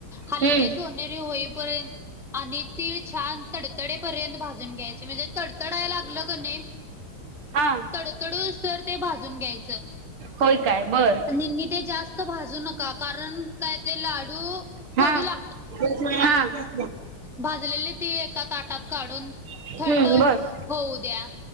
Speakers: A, in the centre; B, on the right.
A: हलके
B: हम्म
A: सोनेरी होई पर. आणि तीळ छान तडतडेपर्यंत भाजून घ्यायचे म्हणजे तडतडायला लागलं का नाही.
B: हा
A: तडतडू सर ते भाजून घ्यायचं.
B: होय काय बर
A: ेी ते जास्त भाजू नका कारण काय ते लाडू
B: हा
A: कडू ला
B: हा.
A: भाजलेले तीळ एका ताटात काढून
B: हम्म
A: थंड
B: बर
A: होऊ द्या